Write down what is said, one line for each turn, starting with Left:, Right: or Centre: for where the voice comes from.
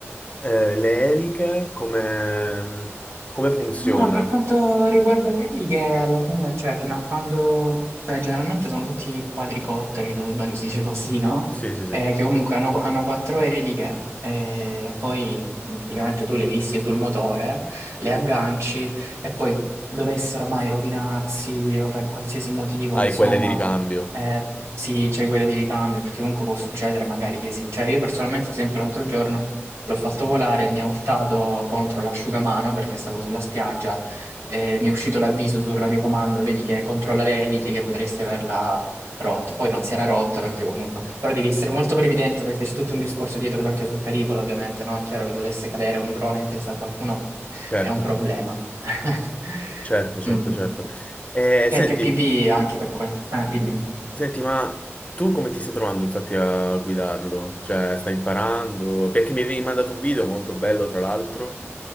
Left: Eh, le eliche come, come funziona?
Right: Ma per quanto riguarda le eliche, alla fine, cioè, fino a quando, cioè, generalmente sono tutti quadricotteri, se non sbaglio si dice così, no?
Left: Sì, sì, sì.
Right: Eh, che comunque hanno, hanno quattro eliche, e poi praticamente tu le fissi sul motore, le agganci, e poi dovessero mai rovinarsi o per qualsiasi motivo,
Left: Hai
Right: insomma,
Left: quelle di ricambio.
Right: eh, sì, c'è quella di ricambio, perché comunque può succedere magari che sì. Cioè, io personalmente, ad esempio, l'altro giorno. L'ho fatto volare, mi ha urtato contro l'asciugamano perché stavo sulla spiaggia e mi è uscito l'avviso sul radiocomando, vedi che controlla le eliche che potresti averla rotta. Poi non si era rotta perché comunque... Però devi essere molto previdente perché c'è tutto un discorso dietro anche sul pericolo, ovviamente, no? È chiaro che dovesse cadere un drone in testa a qualcuno
Left: Certo,
Right: è un problema. <laughs>
Left: certo, certo,
Right: Mm.
Left: certo. Eh,
Right: FPV
Left: senti,
Right: anche per quello. Eh, dimmi.
Left: senti, ma tu come ti stai trovando infatti a guidarlo? Cioè, stai imparando? Perché mi avevi mandato un video molto bello, tra l'altro,